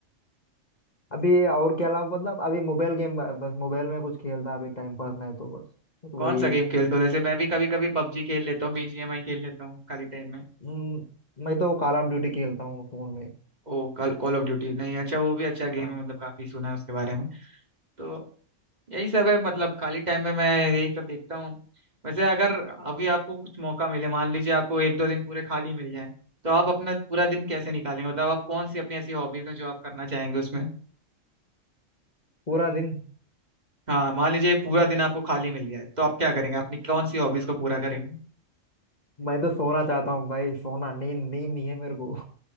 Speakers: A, on the left (about 35°); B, on the right (about 35°).
A: अभी और क्या अलावा मतलब अभी मोबाइल गेम बस मोबाइल में कुछ खेलता अभी टाइम पास नहीं तो बस वही
B: कौन सा गेम खेलते हो जैसे मैं भी कभी कभी पबजी खेल लेता हूँ बीजीएमआई खेल लेता हूँ खाली टाइम में
A: हम्म, मैं तो कॉल ऑफ ड्यूटी खेलता हूँ फोन में
B: ओ कॉल ऑफ ड्यूटी नहीं अच्छा वो भी अच्छा
A: हाँ
B: गेम है मतलब काफी सुना है उसके बारे में तो यही सब है मतलब खाली टाइम में मैं यही सब देखता हूँ वैसे अगर अभी आपको कुछ मौका मिले मान लीजिए आपको एक दो दिन पूरे खाली मिल जाए तो आप अपना पूरा दिन कैसे निकालेंगे मतलब आप कौन सी अपनी ऐसी हॉबीज हैं जो आप करना चाहेंगे उसमें
A: पूरा दिन
B: हाँ मान लीजिए पूरा दिन आपको खाली मिल गया है तो आप क्या करेंगे अपनी कौन सी हॉबीज को पूरा करेंगे
A: मैं तो सोना चाहता हूँ भाई सोना नींद नींद नहीं है मेरे को